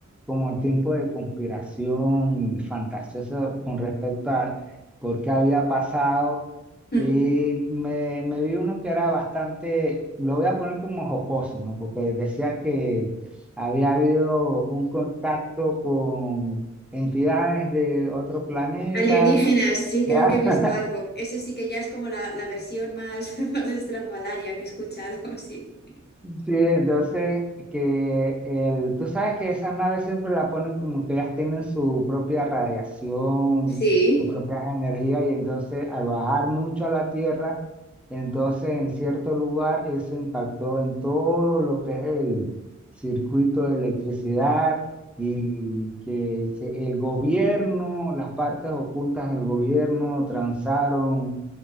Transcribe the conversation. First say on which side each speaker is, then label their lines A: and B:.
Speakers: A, in the centre; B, on the left.
A: como el tiempo de conspiración y fantasioso con respecto a por qué había pasado.
B: <laughs>
A: Y me, me vi uno que era bastante, lo voy a poner como jocoso, ¿no? Porque decía que había habido un contacto con entidades de otro planeta
B: Alienígenas, sí, creo
A: <laughs>
B: que he visto algo. Eso sí que ya es como la, la versión más, <laughs> más estrafalaria que he escuchado, sí.
A: Sí, entonces que el, tú sabes que esas naves siempre la ponen como que ellas tienen su propia radiación,
B: Sí,
A: sus propias energías y entonces al bajar mucho a la Tierra, entonces en cierto lugar eso impactó en todo lo que es el circuito de electricidad y que se- el gobierno, las partes ocultas del gobierno transaron